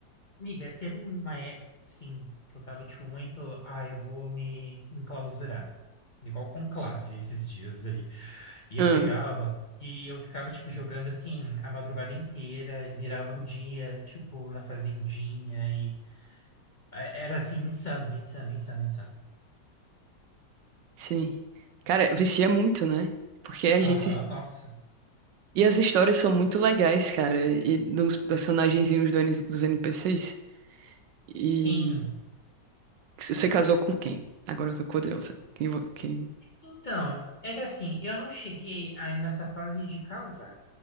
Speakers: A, on the left; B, on the right.
A: Miga, teve uma época, sim, que eu tava, tipo, muito. Ah, eu vou me enclausurar. Igual conclave esses dias aí. E eu
B: Ah,
A: pegava e eu ficava, tipo, jogando assim a madrugada inteira e virava o dia, tipo, na fazendinha e. é, Era assim, insano, insano, insano, insano.
B: sim. Cara, vicia muito, né? Porque a gente.
A: Aham, nossa.
B: E as histórias são muito legais, cara. E dos personagenzinhos do N- dos NPCs. E
A: Sim.
B: você casou com quem? Agora eu tô curiosa. Quem... vo- quem...
A: Então, é que assim, eu não cheguei a nessa fase de casar,